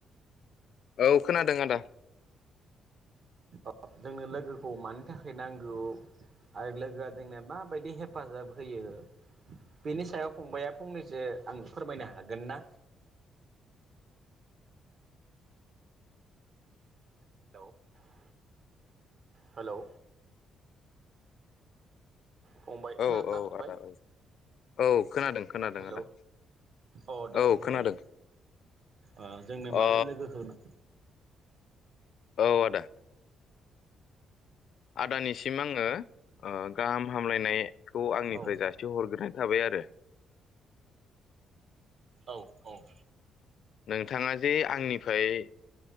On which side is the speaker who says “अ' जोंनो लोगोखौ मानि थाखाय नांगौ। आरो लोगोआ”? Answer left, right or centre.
Right